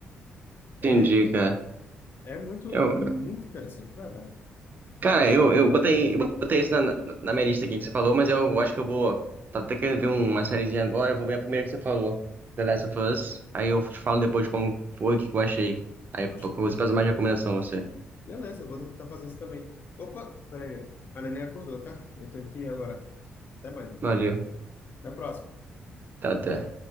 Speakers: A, on the left; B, on the right.
A: é,
B: Entendi, cara.
A: é muito,
B: Eu,
A: muito interessante, de verdade.
B: cara,
A: Poxa,
B: eu, eu botei, eu botei isso na, na na minha lista aqui que você falou, mas eu acho que eu vou. Tava até querendo ver uma sériezinha agora, eu vou ver a primeira que você falou, The Last of Us. Aí eu te falo depois como foi, o que que eu achei. Aí
A: poxa,
B: eu vou fazer mais recomendação a você.
A: beleza, eu vou tentar fazer isso também. Opa, peraí, a neném acordou, tá? Eu tenho que ir agora. Até mais.
B: Valeu.
A: Até a próxima.
B: Tá, até.